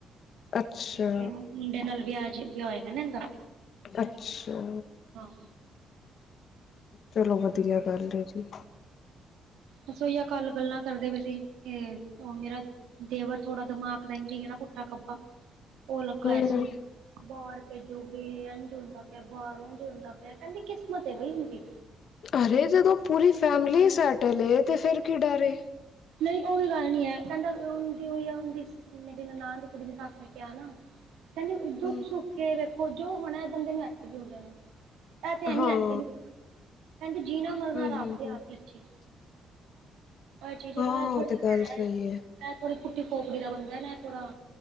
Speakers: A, on the left; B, on the right.
A: ਅੱਛਾ
B: ਵੱਡੇ ਮੁੰਡੇ ਨਾਲ ਵਿਆਹ ਅਜੇ ਵੀ ਹੋਏਗਾ ਨਾ ਇਦਾ
A: ਅੱਛਾ
B: ਹਾਂ
A: ਚਲੋ ਵਧੀਆ ਗੱਲ ਜੀ
B: ਰਸੋਈਆ ਕੱਲ ਗੱਲਾਂ ਕਰਦੇ ਪਏ ਸੀ ਉਹ ਮੇਰਾ ਦੇਵਰ ਥੋੜਾ ਦਿਮਾਗ ਦਾ ਇੰਝ ਹੈ ਨਾ ਪੁੱਠਾ ਖੱਬਾ ਉਹ ਲੱਗਾ
A: ਹਮ
B: ਸੀ ਬਾਹਰ ਭੇਜੋਗੇ ਇੰਝ ਹੁੰਦਾ ਪਿਆ ਬਾਹਰ ਉਝ ਹੁੰਦਾ ਪਿਆ ਕਹਿੰਦੀ ਕਿਸਮਤ ਬ ਹੁੰਦੀ
A: ਅਰੇ ਜਦੋਂ ਪੂਰੀ ਫੈਮਲੀ ਸੈਟਲ ਏ ਤੇ ਫੇਰ ਕੀ ਡਰੇ
B: ਨਹੀਂ ਉਹੀ ਗੱਲ ਨੀ ਹੈ ਕਹਿੰਦਾ ਹਦੀ ਉਈ ਹੈ ਹਦ ਮੇਰੀ ਨਨਾਣ ਦੀ ਕੁੜੀ ਦੀ ਸੱਸ ਨੇ ਕਹਿ ਆ ਨਾ ਕਹਿੰਦੀ ਦੁੱਖ
A: ਹਮ
B: ਸੁੱਖ ਕੇ ਵੇਖੋ ਜੋ ਹੋਣਾ ਬੰਦੇ ਨੂੰ ਇੱਥੇ ਵੀ ਹੋ ਜਾਣਾ ਇਹ ਤੇ ਐਨੀ
A: ਹਾਂ
B: ਇੱਥੇ ਨੀ ਕਹਿੰਦੇ ਜੀਣਾ ਮਰਨਾ
A: ਹਾਂ ਹ
B: ਰੱਬਦੇ ਹੱਥ ਵਿੱਚ ਆ ਜ ਹੋਇਆ
A: ਹਾਂ ਉਹ
B: ਥੋੜਾ
A: ਤੇ ਗੱਲ
B: ਹੈ
A: ਸਹੀ
B: ਮ ਥੋੜੀ ਪੁੱਟੀ ਪੋਕੜੀ ਦਾ ਬੰਦਾ ਨਾ ਥੋੜਾ